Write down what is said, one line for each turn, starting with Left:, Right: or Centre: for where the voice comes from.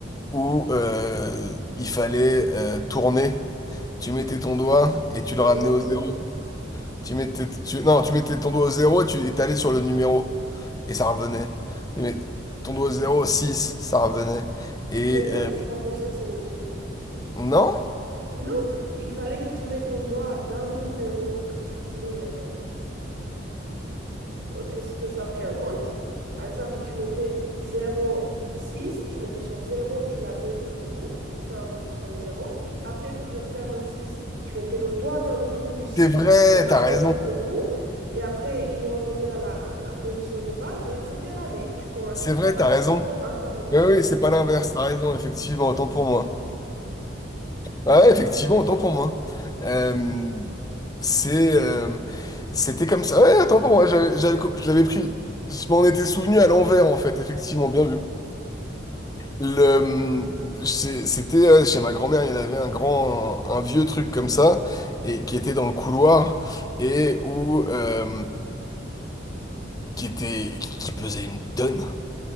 Left: où euh, il fallait euh, tourner. Tu mettais ton doigt et tu le
Right: avec
Left: ramenais
Right: la roue.
Left: au zéro. Tu mettais, tu- non, tu mettais ton doigt au zéro et tu et t'allais sur le numéro. Et ça revenait. Tu mets ton doigt au zéro, 6, ça revenait. Et
Right: Mais non,
Left: euh,
Right: mais c'est pas comme ça que ça marchait.
Left: non,
Right: Non, il fallait que tu mettes ton doigt dans le numéro que tu voulais euh, que, ce- que soit pris en compte. Par exemple, tu mettais zéro virgule six, tu mettais sur zéro, tu l'amenais jusqu'au bout, ça enregistrait le zéro. Après, pour faire le 6, tu mettais le doigt dans le trou du six,
Left: c'est vrai,
Right: tu le ramenais
Left: t'as raison.
Right: jusqu'au bout, et après, il revenait à la, à la position de base, et etc. Mais tu commençais
Left: C'est
Right: pas
Left: vrai,
Right: par
Left: t'as raison.
Right: le 0 en t'arrêtant
Left: Oui,
Right: sur
Left: oui, c'est pas
Right: le
Left: l'inverse,
Right: numéro.
Left: t'as raison, effectivement, autant pour moi. Ah ouais, effectivement, autant pour moi. Euh, c'est, euh, c'était comme ça. Ouais, autant pour moi. J'avais, j'avais co- je l'avais pris. Je m'en étais souvenu à l'envers, en fait. Effectivement, bien vu. Le, c'est- c'était euh, chez ma grand-mère, il y en avait un grand, un, vieux truc comme ça, et qui était dans le couloir, et où, euh, qui était, qui pesait une tonne.